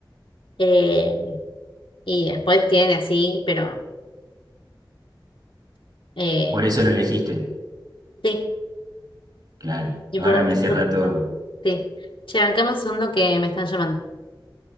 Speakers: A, on the left (about 85°); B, on the right (about 55°).
A: eh, Y después tiene así, pero eh,
B: Por eso lo elegiste,
A: sí,
B: claro.
A: y
B: Ahora
A: por mucho-
B: me cierra todo.
A: Sí. Che, bancame un segundo que me están llamando.